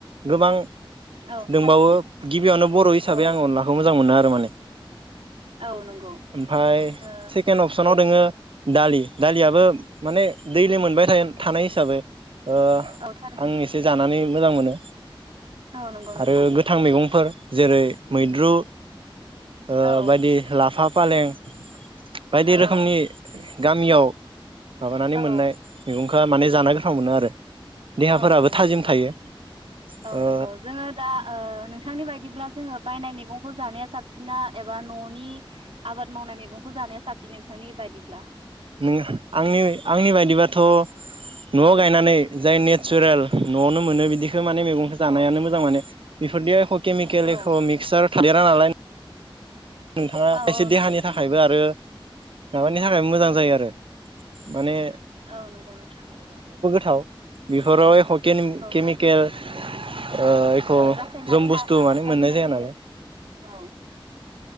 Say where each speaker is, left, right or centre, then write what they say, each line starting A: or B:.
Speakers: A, on the right; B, on the right.
A: गोबां
B: मोनो औ
A: दंबावो
B: थारैनो
A: गिबियावनो बर' हिसाबै
B: औ
A: आं अनलाखौ मोजां मोनो आरो बे माने
B: औ नंगौ
A: ओमफाय
B: ओ
A: सेकेन्ड अपसनाव दोङो दालि दालियाबो माने दैलि मोनबाय थायो थानाय हिसाबै ओआं
B: औ थारैनो
A: एसे जानानै मोजां मोनो
B: औ नंगौ नोंथां
A: आरो गोथां मैगंफोर जेरै मैद्रु ओ
B: औ
A: बायदि लाफा फालें बायदि
B: औ
A: रोखोमनि गामियाव माबा मोननाय
B: औ
A: मेगं खो माने जानो गोथाव मोनो आरो देहाफोराबो
B: औ औ नंगौ
A: थाजिम
B: नोंथां
A: थायो
B: औ
A: ओ
B: नंगौ जोंङो दा ओ नोंथांनि बायदिब्ला जोंङो बायनाय मैगंखौ जानाया साबसिना एबा न'नि आबाद मावनाय मैगंखौ जानाया साबसिन नोंथांनि बादिब्ला
A: नों आंनि आंनि बायदिबाथ' न'आव गायनानै जाय नेचारेल न'आवनो मोनो बिदि खो माने मैगंखौ जानायानो
B: औ नंगौ
A: मोजां माने बेफोरनिया एख' केमिकेल
B: औ
A: एख' मिक्सार थादेरा नालाय नोंथाङा
B: औ
A: खायसे
B: औ
A: देहानि
B: नंगौ नोंथां
A: थाखायबो आरो माबानि थाखाय मोजां जायो आरो माने
B: औ नंगौ नोंथां ।
A: थाव बिफोराव एख' केनि केमिकेल
B: थारैनो
A: ओ एख'
B: औ रासायनारि
A: जम बुस्थु
B: ना
A: माने
B: हासार
A: मोननाय
B: होनाय
A: जाया नालाय ।
B: औ